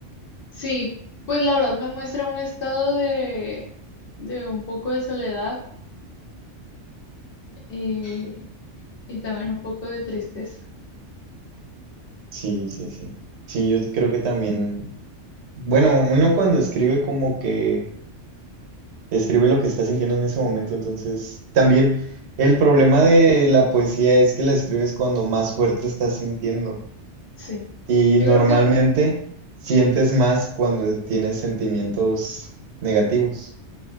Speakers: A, on the left; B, on the right.
A: Sí. Pues la verdad me muestra un estado de. de un poco de soledad y. y también un poco de tristeza.
B: Sí, sí, sí. Sí, yo creo que también, bueno, uno cuando escribe como que escribe lo que está sintiendo en ese momento, entonces también el problema de la poesía es que la escribes cuando más fuerte estás sintiendo.
A: Sí.
B: Y
A: Yo
B: normalmente
A: creo que
B: sientes más cuando tienes sentimientos negativos.